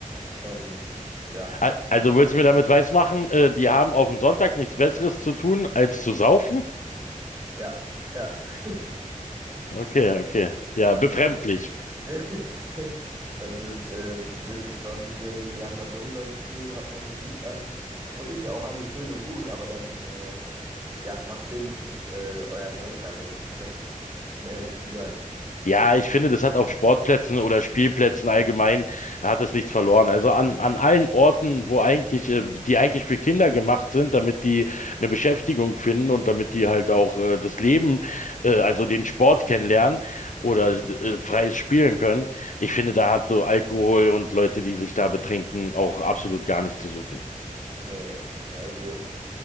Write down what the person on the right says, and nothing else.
Ähm, ja,
ja, ja. <laughs>
Sind
so. äh, <laughs> Das sind äh, Mitte 20-Jährige, die haben da Volleyball gespielt, hat noch Musik an und ist ja auch alles schön und gut, aber dann äh, ja, macht wenigstens äh, euren Dreck da weg, <laughs> ne? Um ehrlich zu sein.
Nee, also